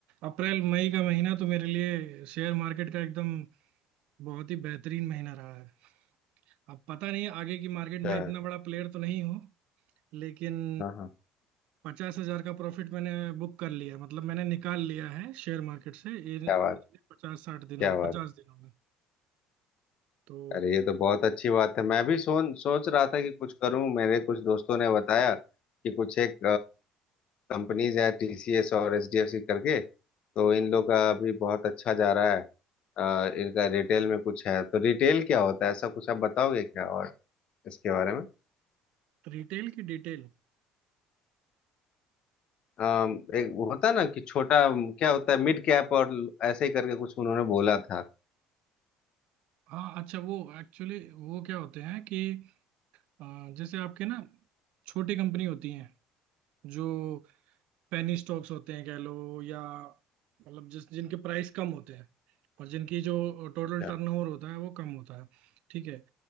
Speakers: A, on the right; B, on the left.
A: अप्रैल मई का महीना तो मेरे लिए शेयर मार्केट का एकदम बहुत ही बेहतरीन महीना रहा है अब पता नहीं आगे की मार्केट
B: अच्छा,
A: में इतना बड़ा प्लेयर तो नहीं हूँ लेकिन
B: हाँ हाँ
A: पचास हजार का प्रॉफिट मैंने बुक कर लिया मतलब मैंने निकाल लिया है शेयर मार्केट से इन
B: क्या
A: पिछले
B: बात
A: पचास साठ दिनों
B: क्या
A: में
B: बात
A: पचास दिनों में तो
B: अरे ये तो बहुत अच्छी बात है मैं भी सोच सोच रहा था कि कुछ करूं मेरे कुछ दोस्तों ने बताया कि कुछ एक कंपनीज है टीसीएस और एचडीएफसी करके तो इन लोग का अभी बहुत अच्छा जा रहा है आ, इनका रिटेल में कुछ है तो रिटेल क्या होता है ऐसा कुछ आप बताओगे क्या और इसके बारे में
A: रिटेल की डिटेल
B: अम, एक वो होता है ना कि छोटा अम, क्या होता है मिड कैप और ल- ऐसे ही करके कुछ उन्होंने बोला था
A: हाँ अच्छा वो एक्चुअली वो क्या होते हैं कि अ, जैसे आपके ना छोटी कंपनी होती हैं जो पेनी स्टॉक्स होते हैं कह लो या मतलब जिस जिनके प्राइस कम होते हैं और जिनकी जो टोटल
B: क्या
A: टर्नओवर होता है वो कम होता है ठीक है